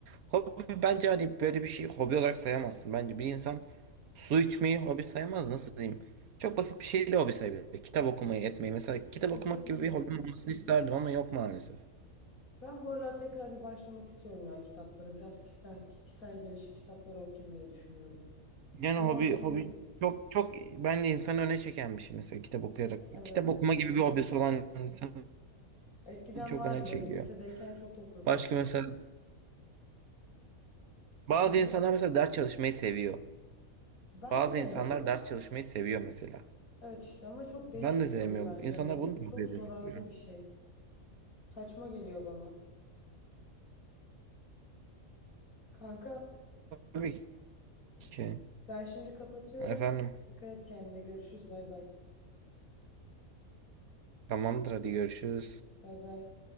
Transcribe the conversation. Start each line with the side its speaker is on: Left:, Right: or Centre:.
Right: Hobi bence hani böyle bir şey hobi olarak sayamazsın. Bence bir insan su içmeyi hobi sayamaz. Nasıl diyeyim? Çok basit bir şey de hobi sayabilir. Kitap okumayı etmeyi. Mesela kitap
Left: Ne
Right: okumak
Left: tabii
Right: gibi
Left: ki.
Right: bir hobim olmasını isterdim ama yok maalesef.
Left: Ben bu aralar tekrar bir başlamak istiyorum ya kitaplara. Biraz kişisel, kişisel gelişim kitapları okuyayım diye düşünüyorum.
Right: Yani
Left: Ama
Right: hobi
Left: şimdi
Right: hobi
Left: bir...
Right: çok çok bence insanı öne çeken bir şey mesela kitap okuyarak.
Left: Evet
Right: Kitap okuma
Left: bence
Right: gibi bir hobisi
Left: de.
Right: olan insan
Left: Eskiden
Right: çok
Left: vardı
Right: öne çekiyor.
Left: benim. Lisedeyken çok okurdum.
Right: Başka mesela bazı
Left: Efendim?
Right: insanlar mesela ders çalışmayı seviyor.
Left: Ben
Right: Bazı
Left: sevmiyorum
Right: insanlar ders
Left: ya.
Right: çalışmayı seviyor mesela.
Left: Evet işte ama çok değişik
Right: Ben de
Left: bir
Right: sevmiyorum.
Left: hobi bence.
Right: İnsanlar
Left: Hani
Right: bunu da
Left: çok
Right: kabul edemiyor.
Left: zoraki bir şey. Saçma geliyor bana. Kanka
Right: Tabii ki.
Left: Ben şimdi kapatıyorum.
Right: Efendim.
Left: Dikkat et kendine. Görüşürüz. Bay bay.
Right: Tamamdır hadi görüşürüz.
Left: Bay bay.